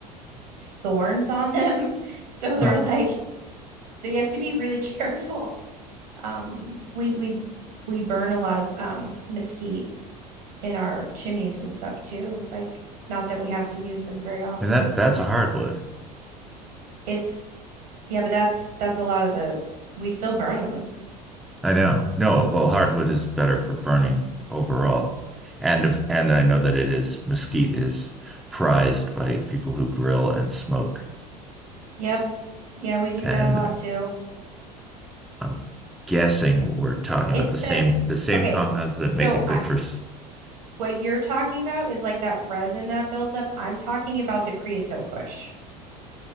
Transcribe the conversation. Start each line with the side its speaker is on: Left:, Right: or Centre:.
Right: thorns on them. <laughs> So they're
Centre: Huh.
Right: like so you have to be really <laughs> careful. Um we we we burn a lot of um mesquite in our chimneys and stuff too. Like not that we have to use them very often.
Centre: And that that's a hardwood.
Right: It's Yeah, but that's that's a lot of the we still burn them.
Centre: I know. No, well, hardwood is better for burning overall. And if, and I know that it is mesquite is prized by people who grill and smoke.
Right: Yep. Yeah, we do
Centre: And
Right: that a lot too.
Centre: I'm guessing we're talking
Right: It's
Centre: about the same
Right: the
Centre: the same
Right: okay.
Centre: compounds that
Right: So
Centre: make it good
Right: I,
Centre: for. s-
Right: what you're talking about is like that resin that builds up. I'm talking about the creosote bush.